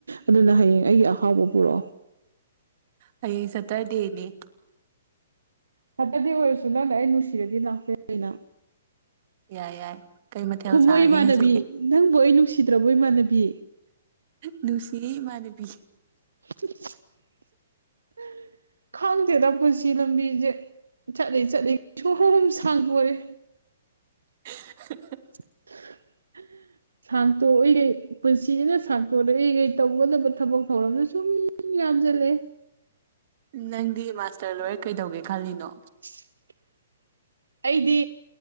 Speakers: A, on the right; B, on the right.
A: ꯑꯗꯨꯅ ꯍꯌꯦꯡ ꯑꯩꯒꯤ ꯑꯍꯥꯎꯕ ꯄꯨꯔꯛꯑꯣ
B: ꯍꯌꯦꯡ ꯁꯇ꯭ꯔꯗꯦꯅꯤ
A: ꯁꯇ꯭ꯔꯗꯦ ꯑꯣꯏꯔꯁꯨ ꯅꯪꯅ ꯑꯩ ꯅꯨꯡꯁꯤꯔꯗꯤ ꯂꯥꯛꯄ ꯌꯥꯏꯅ
B: ꯌꯥꯏ ꯌꯥꯏ ꯀꯩ ꯃꯊꯦꯜ
A: ꯈꯨꯝꯃꯣ
B: ꯆꯥꯔꯒꯦ
A: ꯏꯃꯥꯟꯅꯕꯤ
B: ꯉꯁꯤꯗꯤ
A: ꯅꯪꯕꯨ ꯑꯩ ꯅꯨꯡꯁꯤꯗ꯭ꯔꯕꯣ ꯏꯃꯥꯟꯅꯕꯤ
B: ꯅꯨꯡꯁꯤꯌꯦ ꯏꯃꯥꯟꯅꯕꯤ
A: <inaudible> ꯈꯪꯗꯦꯗ ꯄꯨꯟꯁꯤ ꯂꯝꯕꯤꯖꯦ ꯆꯠꯂꯤ ꯆꯠꯂꯤ ꯁꯨꯍꯨꯝ ꯁꯥꯡꯗꯣꯔꯛꯑꯦ
B: <inaudible>
A: ꯎꯝ <unintelligible> ꯁꯥꯡꯇꯣꯛꯏꯒꯩ ꯄꯨꯟꯁꯤꯖꯤꯅ ꯁꯥꯡꯇꯣꯔꯛꯏꯒꯩ ꯇꯧꯒꯗꯕ ꯊꯕꯛ ꯊꯧꯔꯝꯖꯨ ꯁꯨꯝ ꯌꯥꯝꯖꯤꯜꯂꯛꯑꯦ
B: ꯅꯪꯗꯤ ꯃꯥꯁꯇ꯭ꯔ ꯂꯣꯏꯔ ꯀꯩꯗꯧꯒꯦ ꯈꯜꯂꯤꯅꯣ
A: <inaudible> ꯑꯩꯗꯤ